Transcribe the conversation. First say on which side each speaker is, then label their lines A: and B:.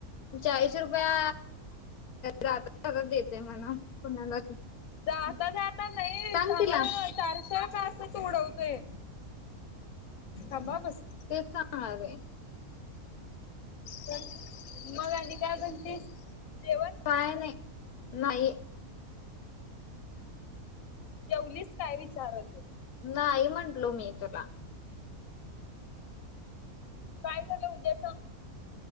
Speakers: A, on the left (about 80°); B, on the left (about 65°).
A: चाळीस रुपया जात ज देते म्हण कुणाला?
B: जा जात नाही
A: सांग
B: सांगाले
A: तिला
B: ना चारशे. अस अस त उडवतय ांबा बस.
A: ते चांगणार रे.
B: च मग आ काय बणते देव
A: काय नाही नाही.
B: जेवलीच काय विचारले.
A: नाही म्हटलो मी तुला
B: काय झालं उद्या सग